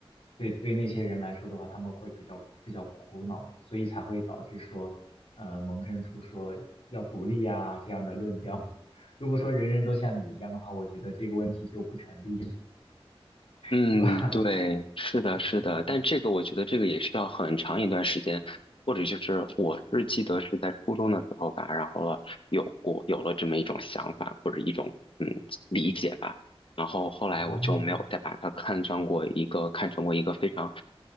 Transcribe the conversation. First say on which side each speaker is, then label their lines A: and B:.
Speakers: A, on the left; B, on the left.
A: 对对那些人来说的话，他们会比较比较苦恼，所以才会导致说。呃萌生出说要独立啊这样的论调。<laughs> 如果说人人都像你一样的话，我觉得这个问题就不成立，
B: 嗯，
A: 是吧？
B: 对，是的，是的，
A: <laughs>
B: 但这个我觉得这个也需要很长一段时间，或者就是我是记得是在初中的时候吧，然后了有过有了这么一种想法或者一种嗯理解吧，然后后来我就没有再把它看上过一个看成过一个非常
A: 哦，